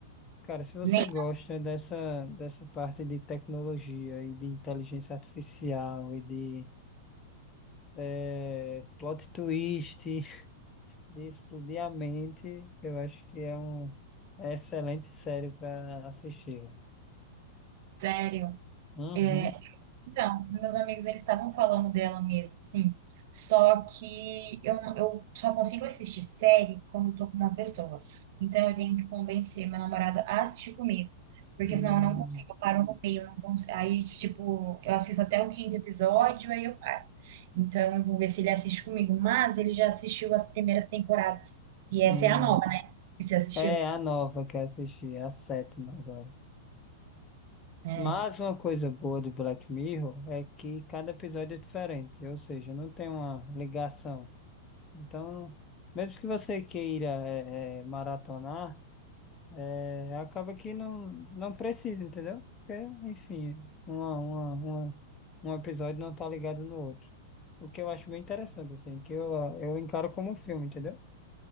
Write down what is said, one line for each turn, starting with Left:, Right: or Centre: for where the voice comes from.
Left: Cara, se você
Right: Nem
Left: gosta dessa, dessa parte de tecnologia e de inteligência artificial e de eh, plot twist, <laughs> de explodir a mente, eu acho que é um é excelente série para assistir.
Right: sério.
Left: Uhum.
Right: É, então, meus amigos, eles estavam falando dela mesmo, assim. Só que eu, não- eu só consigo assistir série quando eu tô com uma pessoa. Então, eu tenho que convencer meu namorado a assistir comigo. Porque
Left: Hum,
Right: senão eu não consigo, eu paro no meio. eu não cons- Aí, tipo, eu assisto até o quinto episódio, aí eu paro. Então, eu vou ver se ele assiste comigo. Mas ele já assistiu as primeiras temporadas. E essa
Left: hum.
Right: é a nova, né? Que você assistiu.
Left: É a nova que eu assisti, é a sétima agora.
Right: É.
Left: Mas uma coisa boa do Black Mirror é que cada episódio é diferente, ou seja, não tem uma ligação. Então, mesmo que você queira é, é, maratonar, é, acaba que não, não precisa, entendeu? Porque, enfim, uma, uma, uma- um episódio não tá ligado no outro. O que eu acho bem interessante, assim, que eu, eu encaro como um filme, entendeu?